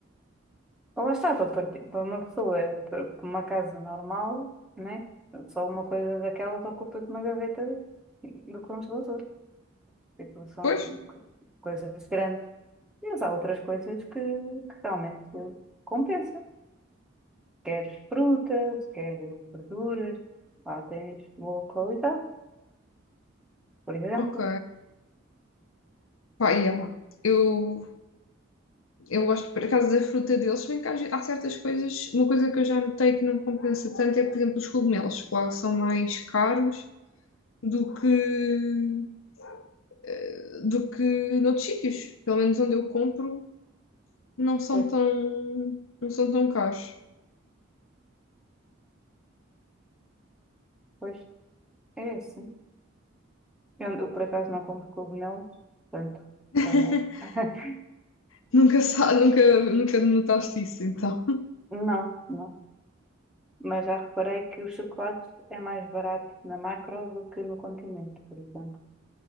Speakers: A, in the centre; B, on the left.
A: Lá está, para parti- para uma pessoa, para para uma casa normal, né? Só uma coisa daquelas ocupa uma gaveta do congelador. Tipo, são
B: Pois?
A: co- coisas grandes. Mas há outras coisas que, que realmente compensa. Queres frutas, queres verduras, lá tens boa qualidade, por exemplo.
B: Ok. Pá, e yeah. Eu, eu gosto, por acaso, da fruta deles, se bem que às ve- há certas coisas. Uma coisa que eu já notei que não compensa tanto é, por exemplo, os cogumelos, que lá são mais caros do que. eh, do que noutros sítios. Pelo menos onde eu compro, não são
A: Pois,
B: tão, não são tão caros.
A: pois é assim. Eu, eu, por acaso não compro cogumelos, portanto,
B: <laughs>
A: tá. <laughs>
B: Nunca, sa- nunca, nunca notaste isso, então.
A: Não, não. Mas já reparei que o chocolate é mais barato na Macro do que no Continente, por exemplo.